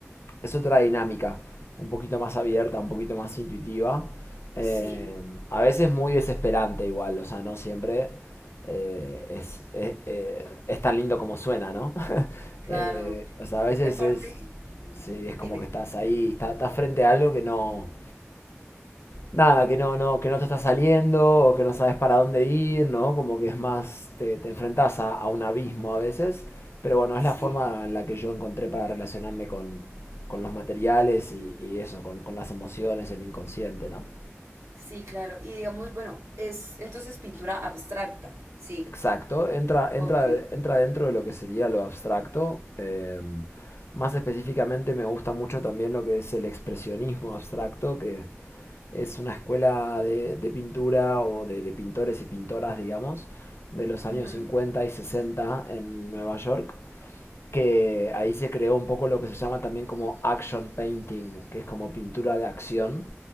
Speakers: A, on the left; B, on the right.
A: es otra dinámica, un poquito más abierta, un poquito más intuitiva. Eh,
B: Sí,
A: a veces muy desesperante igual, o sea, no siempre eh, es, es- eh, es tan lindo como suena, ¿no? <laughs>
B: claro.
A: Eh, o sea, a veces
B: Y aparte,
A: es, sí, es
B: dime.
A: como que estás ahí, está- estás frente a algo que no, Nada, que no, no, que no te está saliendo o que no sabes para dónde ir, ¿no? Como que es más, te, te enfrentas a, a un abismo a veces, pero bueno, es
B: Sí,
A: la forma en la que yo encontré para relacionarme con, con los materiales y, y eso, con, con las emociones, el inconsciente, ¿no?
B: sí, claro. Y digamos, bueno, es entonces pintura abstracta. Sí,
A: Exacto, entra, entra,
B: ok.
A: entra dentro de lo que sería lo abstracto. eh, más específicamente me gusta mucho también lo que es el expresionismo abstracto, que es una escuela de, de pintura o de, de pintores y pintoras, digamos, de los años
B: Ujú,
A: 50 y 60 en Nueva York, que ahí se creó un poco lo que se llama también como action painting, que es como pintura de acción